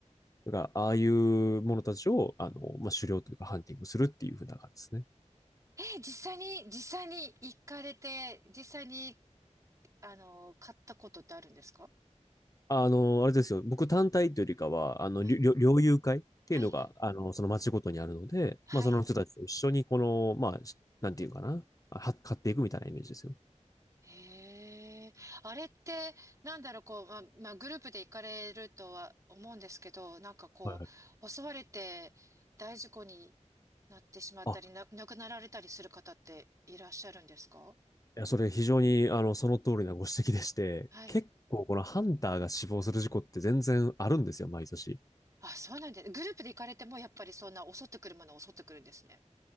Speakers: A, on the left; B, on the right.
A: だから、ああいうものたちを、あの、まあ、狩猟というかハンティングするっていう風な感じですね。
B: ー、実際に、実際に行かれて、実際に、あの、買ったことってあるんですか
A: あの、あれですよ。僕単体というよりかは、あの、
B: はい
A: 猟猟猟友会っていうのが、
B: はい、
A: あの、その町ごとにあるので、
B: はい。
A: まあ、その人たちと一緒に、この、まあ、しなんていうかな、あは、買っていくみたいなイメージですよ。
B: へえ。あれって、なんだろう、こう、まあ、まあ、グループで行かれるとは思うんですけど、なんかこう、
A: はいはい。
B: 襲われて大事故になってしまったり、
A: あ、
B: な、亡くなられたりする方っていらっしゃるんですか
A: いや、それ非常に、あの、その通りなご指摘でして、
B: はい。
A: 結構このハンターが死亡する事故って全然あるんですよ、毎年。
B: あ、そうなんです。グループで行かれても、やっぱりそんな襲ってくるものは襲ってくるんですね。